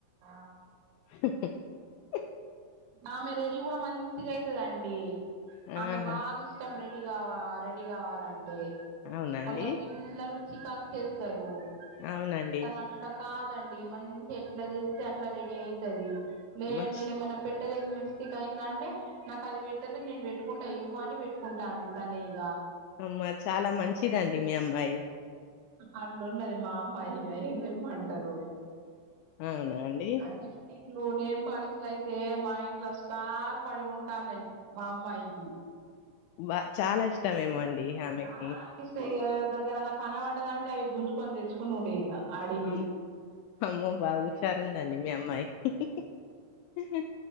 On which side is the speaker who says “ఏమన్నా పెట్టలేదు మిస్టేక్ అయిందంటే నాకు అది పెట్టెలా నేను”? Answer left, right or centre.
Right